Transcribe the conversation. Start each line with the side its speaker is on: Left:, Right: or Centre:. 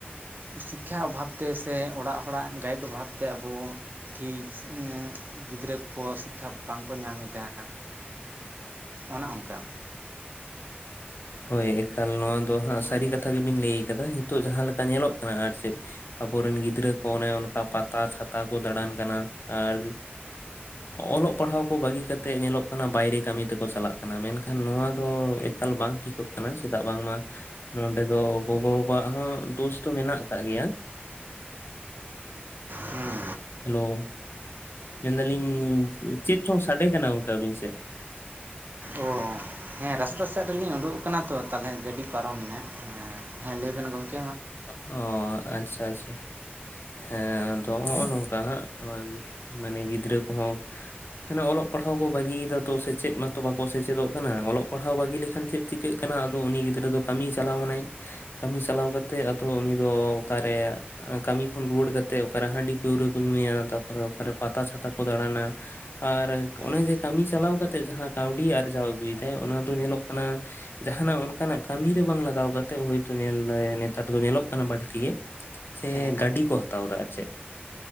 Right: ᱥᱤᱠᱠᱷᱟ ᱚᱵᱷᱟᱵ ᱛᱮ ᱥᱮ ᱚᱲᱟᱜ ᱦᱚᱲᱟᱜ ᱜᱟᱭᱤᱰ ᱚᱵᱷᱟᱵ ᱵᱷᱟᱵᱛᱮ ᱟᱵᱚ ᱴᱷᱤᱠ ᱜᱤᱫᱽᱨᱟᱹ ᱠᱚ ᱥᱤᱠᱠᱷᱟ ᱵᱟᱝ ᱠᱚ ᱧᱟᱢ ᱮᱫᱟ ᱚᱱᱮ ᱚᱱᱠᱟ
Left: ᱦᱳᱭ ᱮᱠᱟᱞ ᱱᱚᱣᱟ ᱫᱚ ᱦᱟᱸᱜ
Right: ᱦᱮᱸ
Left: ᱥᱟᱹᱨᱤ ᱠᱟᱛᱷᱟ ᱜᱮᱵᱤᱱ ᱞᱟᱹᱭ ᱟᱠᱟᱫᱟ ᱱᱤᱛᱚᱜ ᱡᱟᱦᱟᱸ ᱞᱮᱠᱟ ᱧᱮᱞᱚᱜ ᱠᱟᱱᱟ ᱟᱨ ᱪᱮᱫ ᱟᱵᱚᱨᱮᱱ ᱜᱤᱫᱽᱨᱟᱹ ᱠᱚ ᱚᱱᱮ ᱚᱱᱠᱟ ᱯᱟᱛᱟ ᱪᱷᱟᱛᱟ ᱠᱚ ᱫᱟᱬᱟᱱ ᱠᱟᱱᱟ ᱟᱨ ᱚᱞᱚᱜ ᱯᱟᱲᱦᱟᱣ ᱠᱚ ᱵᱟᱹᱜᱤ ᱠᱟᱛᱮᱫ ᱧᱮᱞᱚᱜ ᱠᱟᱱᱟ ᱵᱟᱭᱨᱮ ᱠᱟᱹᱢᱤ ᱛᱮᱠᱚ ᱪᱟᱞᱟᱜ ᱠᱟᱱᱟ ᱢᱮᱱᱠᱷᱟᱱ ᱱᱚᱣᱟ ᱫᱚ ᱮᱠᱟᱞ ᱵᱟᱝ ᱴᱷᱤᱠᱚᱜ ᱠᱟᱱᱟ ᱪᱮᱫᱟᱜ ᱵᱟᱝᱢᱟ ᱱᱚᱰᱮ ᱫᱚ ᱜᱚᱜᱚ ᱵᱟᱵᱟᱣᱟᱜ ᱦᱚᱸ ᱫᱳᱥ ᱫᱚ ᱢᱮᱱᱟᱜ ᱟᱠᱟᱫ ᱜᱮᱭᱟ
Right: ᱦᱮᱸ
Left: ᱦᱮᱞᱳᱣ ᱢᱮᱱᱫᱟᱞᱤᱧ ᱪᱮᱫ ᱪᱚᱝ ᱥᱟᱰᱮ ᱠᱟᱱᱟ ᱜᱚᱝᱠᱮ ᱟᱵᱤᱱ ᱥᱮᱫ
Right: ᱚ ᱦᱮᱸ ᱨᱟᱥᱛᱟ ᱥᱮᱫ ᱨᱮᱞᱤᱧ ᱩᱰᱩᱠ ᱟᱠᱟᱱᱟ ᱛᱚ ᱛᱟᱦᱚᱞᱮ ᱜᱟᱹᱰᱤ ᱯᱟᱨᱚᱢᱮᱱᱟ ᱦᱮᱸ ᱞᱟᱹᱭ ᱵᱮᱱ ᱜᱚᱝᱠᱮ
Left: ᱚ ᱟᱪᱪᱷᱟ ᱟᱪᱪᱷᱟ ᱦᱮᱸ ᱟᱫᱚ ᱦᱚᱜᱼᱚ ᱱᱚᱝᱠᱟ ᱦᱟᱸᱜ ᱟᱨ ᱢᱟᱱᱮ ᱜᱤᱫᱽᱨᱟᱹ ᱠᱚᱦᱚᱸ ᱢᱟᱱᱮ ᱚᱞᱚᱜ ᱯᱟᱲᱦᱟᱣ ᱠᱚ ᱵᱟᱹᱜᱤᱭ ᱫᱟ ᱛᱚ ᱥᱮ ᱪᱮᱫ ᱢᱟᱛᱚ ᱵᱟᱠᱚ ᱥᱮᱪᱮᱫᱚᱜ ᱠᱟᱱᱟ ᱚᱞᱚᱜ ᱯᱟᱲᱦᱟᱣ ᱵᱟᱹᱜᱤ ᱞᱮᱠᱷᱟᱱ ᱪᱮᱫ ᱪᱤᱠᱟᱹᱜ ᱠᱟᱱᱟ ᱟᱫᱚ ᱩᱱᱤ ᱜᱤᱫᱽᱨᱟᱹ ᱫᱚ ᱠᱟᱹᱢᱤᱤᱭ ᱪᱟᱞᱟᱣ ᱮᱱᱟᱭ ᱠᱟᱹᱢᱤ ᱪᱟᱞᱟᱣ ᱠᱟᱛᱮ ᱛ ᱩᱱᱤ ᱫᱚ ᱚᱠᱟᱨᱮ ᱠᱟᱹᱢᱤ ᱠᱷᱚᱱ ᱨᱩᱣᱟᱹᱲ ᱠᱟᱛᱮ ᱚᱠᱟᱨᱮ ᱦᱟᱺᱰᱤ ᱯᱟᱹᱣᱨᱟᱹ ᱠᱚ ᱧᱩᱭᱟ ᱛᱟᱯᱚᱨᱮ ᱚᱠᱟᱨᱮ ᱯᱟᱛᱟ ᱪᱷᱟᱛᱟ ᱠᱚ ᱫᱟᱬᱟᱱᱟ ᱟᱨ
Right: ᱦᱮᱸ
Left: ᱚᱱᱮ ᱡᱮ ᱠᱟᱹᱢᱤ ᱪᱟᱞᱟᱣ ᱠᱟᱛᱮᱜ ᱡᱟᱦᱟᱸ ᱠᱟᱹᱣᱰᱤ ᱟᱨᱡᱟᱣ ᱟᱹᱜᱩ ᱞᱟᱭ ᱚᱱᱟ ᱫᱚ ᱧᱮᱞᱚᱜ ᱠᱟᱱᱟ ᱡᱟᱦᱟᱱᱟᱜ ᱚᱱᱠᱟᱱᱟᱜ ᱠᱟᱹᱢᱤ ᱨᱮ ᱵᱟᱝ ᱞᱟᱜᱟᱣ ᱠᱟᱛᱮ ᱦᱚᱭᱛᱳ ᱧᱮᱞ ᱫᱟᱭ ᱱᱮᱛᱟᱨ ᱫᱚ ᱧᱮᱞᱚᱜ ᱠᱟᱱᱟ ᱵᱟᱹᱲᱛᱤᱜᱮ ᱥᱮ
Right: ᱦᱮᱸ
Left: ᱜᱟᱹᱰᱤ ᱠᱚ ᱦᱟᱛᱟᱣᱫᱟ ᱟᱨ ᱪᱮᱫ